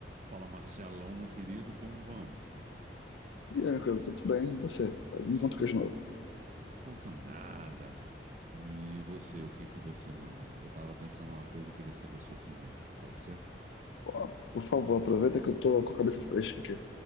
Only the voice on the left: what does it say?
E aí, meu querido, tudo bem? E você? Me
conta o que é de novo.
Ó, Por favor, aproveita que eu tô com a cabeça fresca aqui.